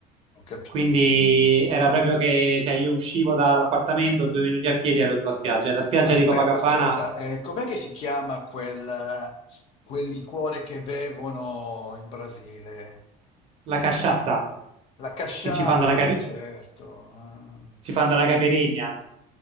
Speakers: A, on the left; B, on the right.
A: Ho capito.
B: Quindi era proprio che, cioè, io uscivo dall'appartamento, due minuti a piedi ero sulla spiaggia. E la spiaggia
A: Aspetta,
B: di Copacabana,
A: aspetta, eh, com'è che si chiama quel, quel liquore che bevono in Brasile?
B: la casciassa,
A: La cachaça,
B: che ci fanno la, caipi-
A: certo. Ah,
B: ci fanno la caipirinha.